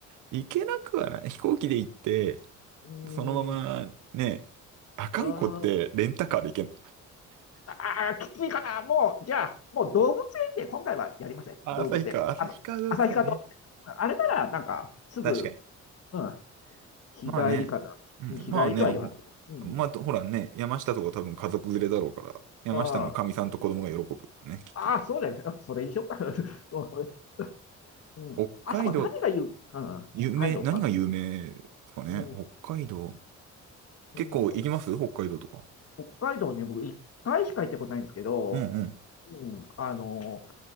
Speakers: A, on the right (about 85°); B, on the left (about 50°).
A: 行けなくはない。飛行機で行って、
B: うーん、
A: そのままね、あかんこってレンタカーで行けんの。
B: あーあー、きついかな。もう、じゃあ、もう動物園で今回はやりません。
A: あ旭川、
B: 動物園。
A: 旭川動物園ね。
B: あの、旭川動物園。あれなら、なんか、すぐ、
A: 確かに。
B: うん、日帰りかな。
A: まあね、
B: うん日帰りとは言わんけど。
A: うん、まあね、ほ、
B: うん。
A: まあ、ほらね、山下とか多分家族連れだろうから、山下のかみさんと子供が喜ぶ。
B: あ
A: ね、きっとね。
B: ああー、そうだよね。うんそれにしようか。<laughs> そう、それ。うん。
A: 北海道、
B: あそこ何が言う、うん、
A: 有名、
B: 北海道。
A: 何が有名ですかね。
B: あ、うん、う
A: 北海道。結構行きます北海道とか。
B: ん、うん、北海道ね、僕一回しか行ったことないんですけど、
A: うんうん。
B: うん、あの、